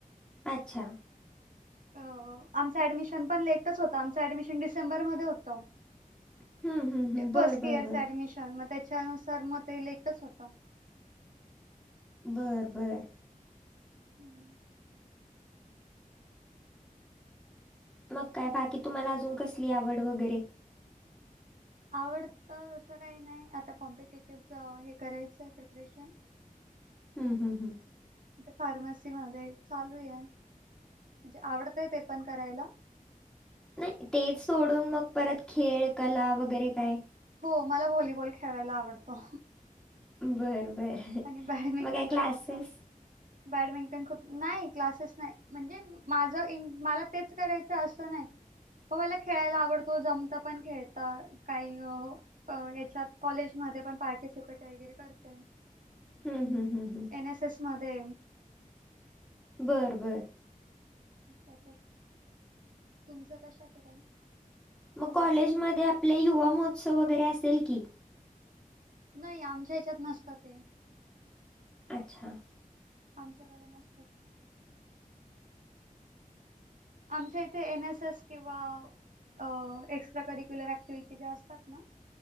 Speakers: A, in the centre; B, on the right (about 65°).
A: अच्छा
B: अ आमचं ऍडमिशन पण लेटच होतं आमचं ऍडमिशन डिसेंबर मध्ये होतं.
A: हम्म हम्म हम्म बर
B: फस्ट
A: बर
B: इयर
A: बर
B: ऍडमिशन मग त्याच्यानुसार मग ते लेटच होत.
A: बरं बरं
B: हम्म
A: मग काय बाकी तुम्हाला अजून कसली आवड वगैरे.
B: आवडत असं काही नाही आता कॉम्पिटेटिव्हच हे करायचं आहे प्रिपरेशन.
A: हम्म हम्म हम्म
B: फार्मसी मध्ये चालू आहे म्हणजे आवडतय ते पण करायला.
A: नाही तेच सोडून मग परत खेळ कला वगैरे काय.
B: हो मला व्हॉलीबॉल खेळायला आवडतो.
A: बरं बरं
B: आणि बॅडमिंटन
A: मग काय क्लासेस
B: तर खूपदा बॅडमिंटन खूप नाही क्लासेस नाही म्हणजे माझं मला तेच करायचं असं नाही. हो मला खेळायला आवडतो जमता पण खेळता काही याच्यात कॉलेजमध्ये पण पार्टिसिपेट वगैरे करते.
A: हम हम हम हम.
B: एन एस एस मध्ये.
A: बरं बरं.
B: त्यातच. तुमचं कशात <unintelligible>
A: मग कॉलेजमध्ये
B: म्युझिक
A: आपले युवा महोत्सव वगैरे असेल की.
B: नाही. आमच्या ह्याच्यात नसत ते.
A: अच्छा.
B: आमच्याकडे नसते ते. आमच्या इथे एन एस एस किंवा अ एक्स्ट्रा करिक्युलर ऍक्टिव्हटी ज्या असतात ना.